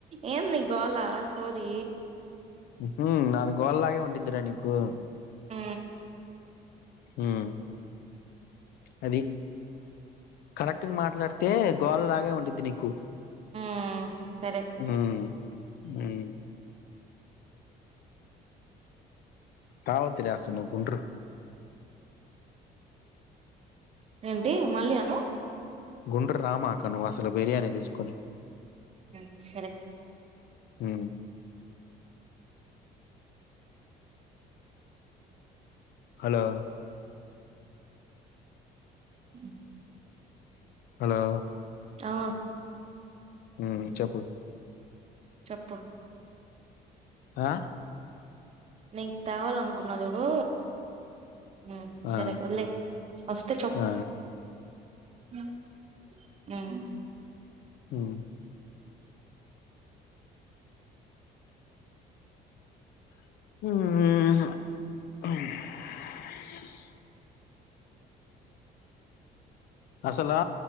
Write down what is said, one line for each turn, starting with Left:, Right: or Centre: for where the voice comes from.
Right: ఏం నీ గోలా సోదీ
Left: మ్హ్ అది గోల్లాగే ఉండిద్దిలే నీకు
Right: మ్మ్
Left: మ్ అది కరెక్ట్గమాట్లాడితే గోళ్ లాగే ఉండిద్ది నీకు
Right: మ్మ్ సరే
Left: మ్ మ్ రావొద్దు లె అసల్ ను గుంట్రు
Right: ఏంటి మళ్ళీ అను
Left: గుంట్ర్ రామాక నువ్వు అసలు బిర్యానీ దిస్కొని
Right: మ్ సరే
Left: మ్ హలో
Right: మ్
Left: హలో
Right: ఆ
Left: మ్ చెప్పు
Right: చెప్పు
Left: ఆ
Right: నీక్ తేవాలనుకున్నా జూడు ఊ సరే
Left: ఆ!
Right: ఒదిలే ఒస్తే
Left: ఆ!
Right: <unintelligible> మ్
Left: మ్ మ్ అసలా